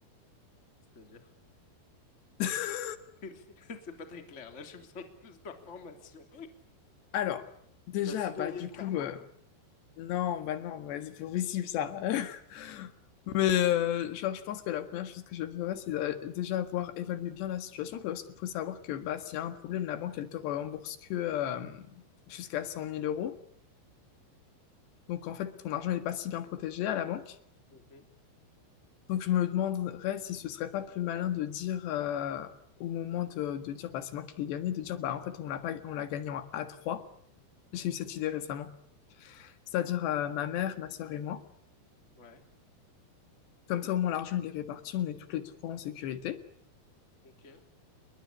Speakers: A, on the left; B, on the left.
A: C'est-à-dire?
B: <laughs>
A: <laughs> C'est pas très clair, là, j'ai besoin de plus d'informations.
B: Alors, déjà,
A: Tu vas soudoyer
B: bah, du
A: le karma?
B: coup, euh, non, bah, non, ouais, c'est pas possible ça. <laughs> Mais, euh, genre, je pense que la première chose que je ferais, c'est euh, déjà avoir évalué bien la situation parce qu'il faut savoir que, bah, s'il y a un problème, la banque, elle te rembourse que euh, jusqu'à cent mille euros. Donc, en fait, ton argent n'est pas si bien protégé à la banque.
A: Mhm.
B: Donc je me demanderais si ce serait pas plus malin de dire euh, au moment de, de dire bah, c'est moi qui l'ai gagné, de dire bah en fait on l'a pas on l'a gagné en a trois J'ai eu cette idée récemment. C'est-à-dire euh, ma mère, ma sœur et moi.
A: Ouais,
B: Comme ça au moins l'argent il est réparti, on est toutes les trois en sécurité.
A: ok.